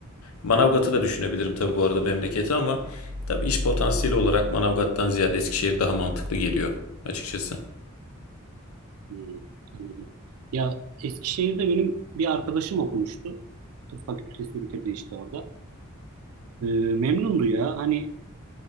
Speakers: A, on the left; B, on the right.
A: Manavgat'ı da düşünebilirim tabii bu arada memleketi ama tabii iş potansiyeli olarak Manavgat'tan ziyade Eskişehir daha mantıklı geliyor açıkçası.
B: Hmm, anladım. Ya Eskişehir'de benim bir arkadaşım okumuştu. Tıp fakültesini bitirdi işte orada. Ee, memnundu ya. Hani